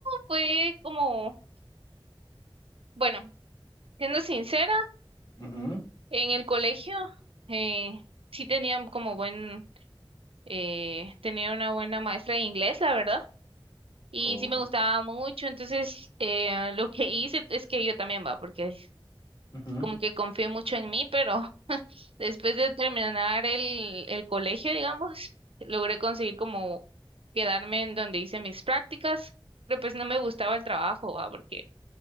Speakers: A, on the right; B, on the left.
A: fue como, bueno, siendo sincera,
B: mhm,
A: en el colegio eh, sí tenía como buen, eh, tenía una buena maestra de inglés, la verdad, y
B: Oh.
A: sí me gustaba mucho, entonces eh, lo que hice es que yo también va, porque
B: ujú.
A: como que confié mucho en mí, pero Después de terminar el, el colegio, digamos, logré conseguir como quedarme en donde hice mis prácticas, pero pues no me gustaba el trabajo, ah, porque